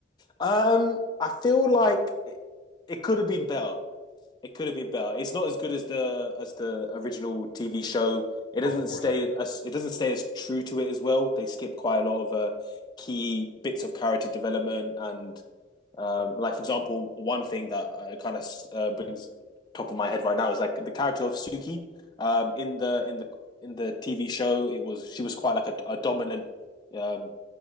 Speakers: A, on the left (about 25°); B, on the left (about 70°).
A: Um, I feel like it, it could have been better. It could have been better. It's not as good as the as the original TV show. It doesn't
B: Oh, of course
A: stay
B: not.
A: as it doesn't stay as true to it as well. They skip quite a lot of uh, key bits of character development and um, like for example, one thing that uh, kind of uh, brings top of my head right now is like the character of Suki um, in the in the in the TV show. It was she was quite like a, a dominant um,